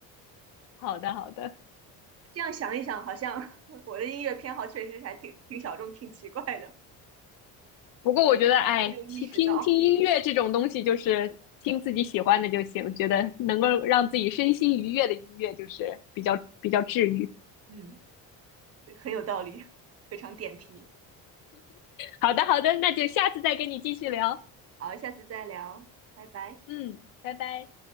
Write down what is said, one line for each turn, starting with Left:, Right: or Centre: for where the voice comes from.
Left: 好的，好的。
Right: 这样想一想，好像我的音乐偏好确实还挺挺小众、挺奇怪的，
Left: 不过我觉得，哎，
Right: 但还没有意识到。
Left: 听听听音乐这种东西，就是听自己喜欢的就行。我觉得能够让自己身心愉悦的音乐，就是比较比较治愈。
Right: 嗯。很有道理，非常点题。
Left: 好的，好的，那就下次再跟你继续聊。
Right: 好，下次再聊，拜拜。
Left: 嗯，拜拜。